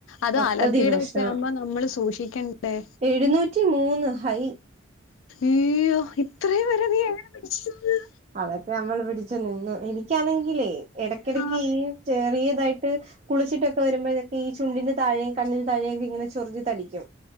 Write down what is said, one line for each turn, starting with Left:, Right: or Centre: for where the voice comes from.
Left: അത്
Right: മൊത്തത്തി
Left: അലർജിടെക്കെ
Right: പ്രശ്നവാ
Left: ആവുമ്പോ നമ്മള് സൂക്ഷിക്കണ്ടേ
Right: എഴുന്നൂറ്റി മൂന്ന് ഹൈ
Left: ഈയ്യൊ ഇത്രേം വരെ നീ എങ്ങനെ പിടിച്ച് നിന്ന്
Right: അതൊക്കെ നമ്മള് പിടിച്ചു നിന്നു എനിക്കാണെങ്കിലേ എടയ്ക്കെടക്ക്
Left: ആ
Right: ഈ ചെറിയതായിട്ട് കുളിച്ചിട്ടൊക്കെ വരുമ്പോഴെ ഈ ചുണ്ടിന്റെ താഴെം കണ്ണിന് താഴെക്കെങ്ങനെ ചൊറിഞ്ഞ് തടിക്കും